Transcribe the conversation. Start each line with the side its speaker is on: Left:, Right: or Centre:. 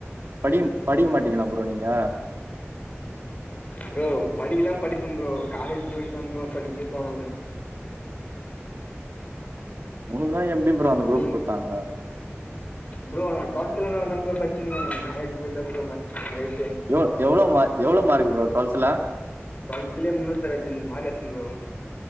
Right: டியும் படிக்க மாட்டீங்களா ப்ரோ நீங்க
Left: ப்ரோ படிக்கலான் படிப்பம் ப்ரோ காலேஜு போய்ட்டுதா ப்ரோ படிக்கே தோணல
Right: உனக்குலா எப்டி ப்ரோ அந்த குரூப்
Left: நீ
Right: குட்த்தாங்க
Left: ப்ரோ நா ட்வல்த்துல நல்லாதாங் ப்ரோ படிச்ருந்தே காலேஜு போய்ட்டுதாங் ப்ரோ மக் <unintelligible>
Right: ப்ரோ எவ்ளோ மார் எவ்ளோ மார்க்கு ப்ரோ ட்வெல்த்துல
Left: ட்வெல்த்துலே முன்னூத்தறுவத்தஞ்சு மார்க் எடுத்தன் ப்ரோ